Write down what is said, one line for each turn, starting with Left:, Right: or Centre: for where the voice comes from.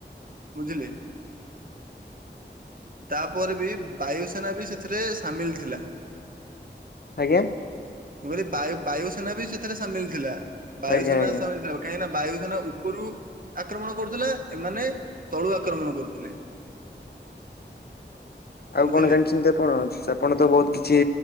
Right: ବୁଝିଲେ। ତାପରେ ବି ବାୟୁସେନା ବି ସେଥିରେ ସାମିଲ ଥିଲା।
Left: ଆଜ୍ଞା।
Right: ମୁଁ କହିଲି ବାୟୁ ବାୟୁସେନା ବି ସେଥିରେ ସାମିଲ ଥିଲା। ବାୟୁସେନା
Left: ଆଜ୍ଞା ଆଜ୍ଞା।
Right: ସାମିଲ ଥିଲା କାହିଁକିନା ବାୟୁସେନା ଉପରୁ ଆକ୍ରମଣ କରୁଥିଲେ ଏମାନେ ତଳୁ ଆକ୍ରମଣ କରୁଥିଲେ।
Left: ଆଉ
Right: ବୁଝିଲେ
Left: କଣ ଜାଣିଛନ୍ତି ଆପଣ? ଆପଣ ତ ବହୁତ କିଛି